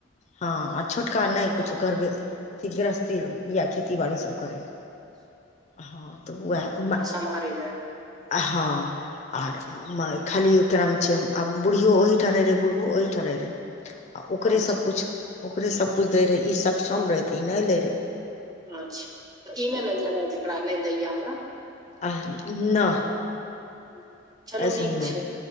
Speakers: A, on the left; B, on the right.
A: हँ आ छोटका नहि
B: ओ
A: कुछु घर अथी गृहस्थी या खेती बाड़ी सब करय हँ तऽ वएह मै
B: समारे रहै
A: आ हँ और खाली ओकर नाम छै आ बुढ़ियो ओही ठाम रहय रहे बुढ़बो ओहीठाम रहय रहे आ ओकरे
B: अच्छा
A: सबकिछु ओकरे सबकिछु दै रहै ई सक्षम रहै तऽ ई नहि लै रहै
B: अच्छा ई नहि न लड़ाइ झगड़ा नहि दैय यऽ हमरा
A: आ नहि
B: <inaudible>
A: एहिसबमे
B: छै